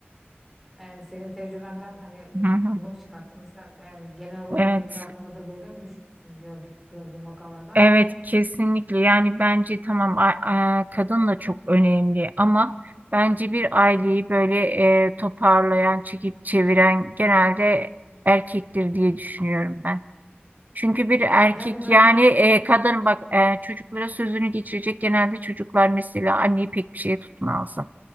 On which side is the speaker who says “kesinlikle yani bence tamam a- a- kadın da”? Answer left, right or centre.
Right